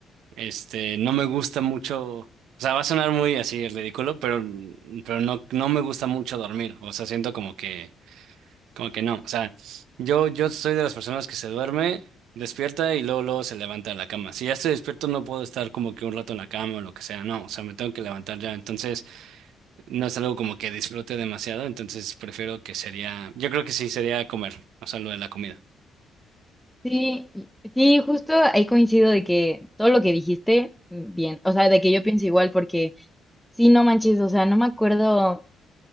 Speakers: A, on the right; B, in the centre.
A: este, no me gusta mucho, o sea, va a sonar muy así ridículo, pero, pero no, no me gusta mucho dormir. O sea, siento como que, como que no. O sea, yo, yo soy de las personas que se duerme, despierta y luego, luego se levanta de la cama. Si ya estoy despierto, no puedo estar como que un rato en la cama o lo que sea. No, o sea, me tengo que levantar ya. Entonces, no es algo como que disfrute demasiado. Entonces, prefiero que sería, yo creo que sí sería comer, o sea, lo de la comida.
B: Sí, y- sí, justo ahí coincido de que todo lo que dijiste, bien, o sea, de que yo pienso igual porque... Sí, no manches, o sea, no me acuerdo